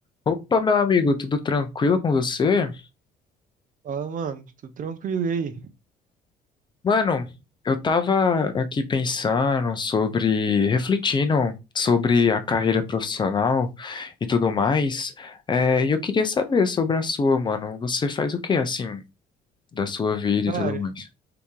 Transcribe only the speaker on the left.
Opa, meu amigo, tudo tranquilo com você?
Mano, eu tava aqui pensando sobre, refletindo sobre a carreira profissional e tudo mais. É, e eu queria saber sobre a sua, mano. Você faz o que assim da sua vida
e tudo mais?